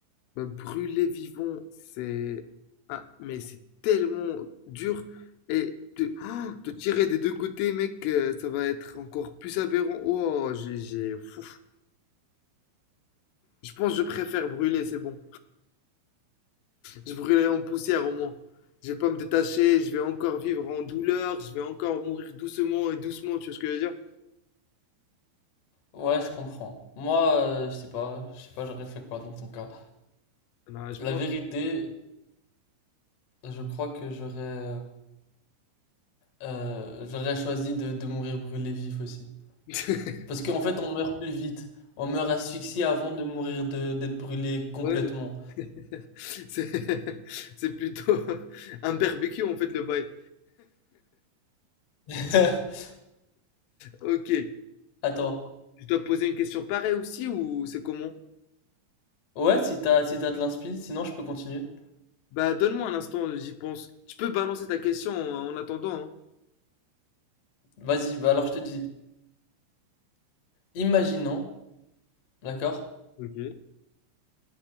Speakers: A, on the left; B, on the left.
A: Bah, brûler vivant, c'est... Ah mais c'est tellement dur et te, oh, te tirer des deux côtés mec, euh, ça va être encore plus aberrant. Oh j'ai... j'ai- Fouf. Je pense que je préfère brûler, c'est bon. Je brûlerai en poussière au moins. Je vais pas me détacher, je vais encore vivre en douleur, je vais encore mourir doucement et doucement, tu vois ce que je veux dire?
B: Ouais, je comprends. Moi, euh, je sais pas, je sais pas, j'aurais fait quoi dans ton cas.
A: Non, je
B: La
A: pense.
B: vérité, je crois que j'aurais euh, euh, j'aurais choisi de, de mourir brûlé vif aussi.
A: <laughs>
B: Parce qu'en fait, on meurt plus vite. On meurt asphyxié avant de mourir de d'être brûlé complètement.
A: Ouais, c'est <laughs> c'est plutôt <laughs> un barbecue en fait le bail.
B: <laughs>
A: Ok,
B: Attends.
A: je dois poser une question pareille aussi ou c'est comment?
B: Ouais, si t'as si t'as de l'inspi, sinon je peux continuer.
A: Bah donne-moi un instant, j'y pense. Tu peux balancer ta question en, en attendant, hein.
B: Vas-y, bah alors je te dis, imaginons, d'accord?
A: Ok.